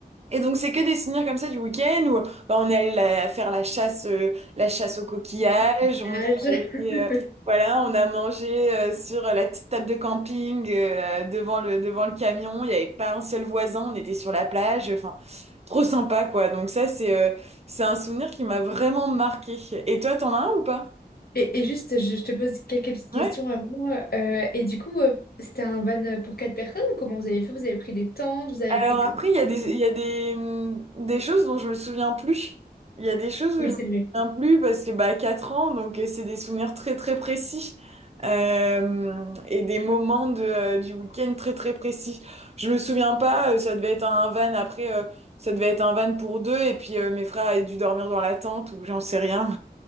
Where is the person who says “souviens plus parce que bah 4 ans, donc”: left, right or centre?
Right